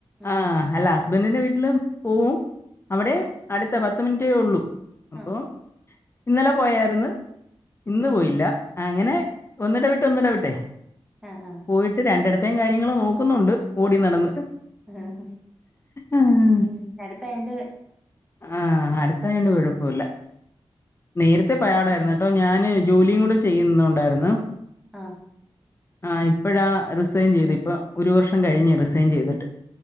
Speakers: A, in the centre; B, on the left.
A: ഉം
B: ആ അല്ല ഹസ്ബൻഡിന്റെ വീട്ടിലെ പോവും അവിടെ
A: ആഹ്
B: അടുത്ത പത്ത് മിനിറ്റേ ഉള്ളൂ അപ്പോ
A: ആഹ്
B: ഇന്നലെ പോയാര്ന്നു
A: ഉം
B: ഇന്ന്
A: ഉം
B: പോയില്ല അങ്ങനെ ഒന്നിടെ വിട്ട് ഒന്നിടെ വീട്ടെ
A: ആഹ് ആഹ്
B: പോയിട്ട് രണ്ടിട ത്തേം കാര്യങ്ങളൾ നോക്കുന്നുണ്ട് ഓടി നടന്ന്
A: ആഹ്
B: ആഹ്
A: ഉം അടുത്തായൊണ്ട്
B: ആ് അടുത്തായോണ്ട് കുഴപ്പോല്ല നേരത്തെ പാടാ ര്ന്നു കേട്ടോ ഞാന് ജോലിയും കൂടെ ചെയ്യുന്നണ്ടായിരുന്നു
A: ആഹ്
B: ആ ഇപ്പഴാ റിസൈൻ ചെയ്ത് ഇപ്പൊ ഒരു വർഷം കഴിഞ്ഞു റിസൈൻ ചെയ്തിട്ട്